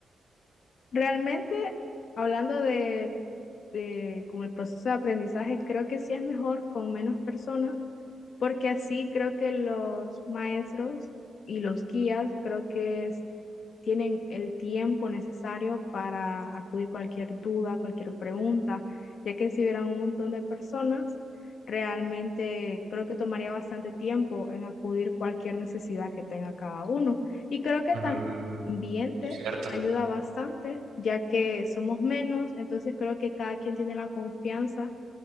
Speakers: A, on the left (about 70°); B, on the right (about 85°).
A: Realmente, hablando de, de como el proceso de aprendizaje, creo que sí es mejor con menos personas porque así creo que los maestros y los guías creo que es- tienen el tiempo necesario para acudir cualquier duda, cualquier pregunta, ya que si hubieran un montón de personas, realmente creo que tomaría bastante tiempo en acudir cualquier necesidad que tenga cada uno. Y creo que
B: Mm,
A: también el ambiente
B: muy cierto,
A: ayuda bastante, ya que somos menos, entonces creo que cada quien tiene la confianza